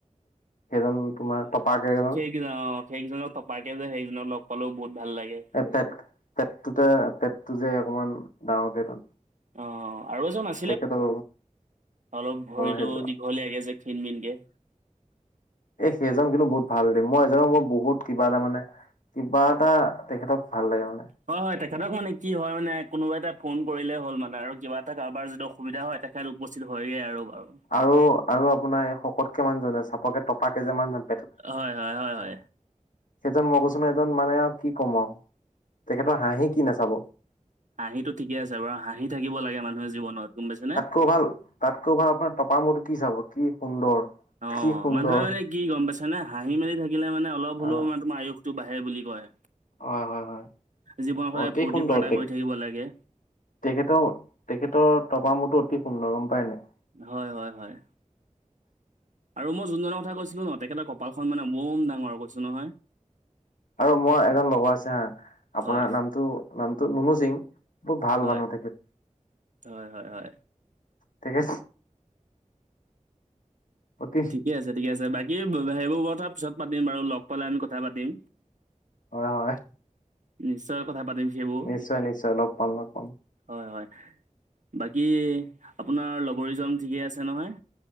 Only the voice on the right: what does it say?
কি জান অ সেইজনক টপাকে যে সেইজনক লগ পালো বহুত ভাল লাগে
অ অ আৰু এজন আছে
অলপ ভৰিতো
দীঘলীয়াকে যে ক্ষীণ-মিনকে
হয় হয় তেখেতক মানে কি হয় মানে কোনোবা এটা ফোন কৰিলে হ'ল মানে আৰু কিবা এটা কাৰোবাৰ যদি অসুবিধা হয় তে খেল উপস্থিত হয়গে আৰু বাৰু
হয় হয় হয় হয়
হাঁহিটো ঠিকে আছে বাৰু হাঁহি থাকিব লাগে মানুহে জীৱনত গম পাইছ নে
অ
মানুহে মানে কি গম পাইছে নে হাঁহি মেলি থাকিলে মানে অলপ হ'লো
মানে তোমাৰ আয়ুস টো বাঢ়ে বুলি কয়,
যিমানপাৰে
ফূৰ্তি-ফাৰ্তা
কৰি থাকিব লাগে
হয় হয় হয় আৰু মই জোনজনৰ কথা কৈছিলো ন তেখেতৰ কপালখন মানে বম ডাঙৰ কৈছো নহয়
হয়
হয়
হয় হয় হয়
ঠিকে আছে ঠিকে আছে বাকী সেইবোৰ কথা পিছত পাতিম বাৰু লগ পালে আমি কথা পাতিম
নিশ্চয় কথা পাতিম সেইবোৰ
হয় হয় বাকী আপোনাৰ লগৰীজন ঠিকেই আছে নহয়?